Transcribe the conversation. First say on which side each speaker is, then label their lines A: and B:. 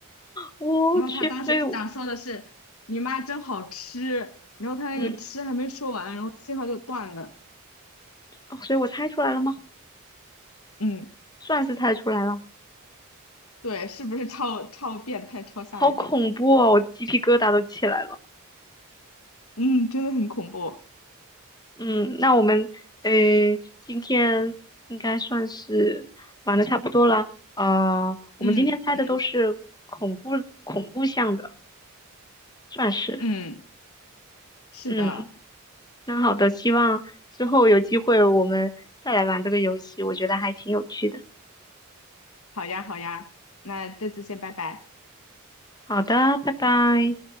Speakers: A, on the left; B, on the left.
A: 我去，
B: 然后他当时想说的是，
A: 所以我
B: 你妈真好吃，然后他那个吃还没说完，
A: 嗯，
B: 然后信号就断了。
A: 哦所以我猜出来了吗？
B: 嗯。
A: 算是猜出来了，
B: 对，是不是超超变态、超吓人？
A: 好恐怖哦，
B: 这个，
A: 我鸡皮疙瘩都起来了。
B: 嗯，真的很恐怖。
A: 嗯，那我们呃，今天应该算是玩的差不多了。呃，我们今天猜的都是恐怖恐怖向的，
B: 嗯嗯
A: 算是。
B: 嗯，是的。
A: 嗯，那好的，希望之后有机会我们再来玩这个游戏，我觉得还挺有趣的。
B: 好呀，好呀，那这次先拜拜。
A: 好的，拜拜。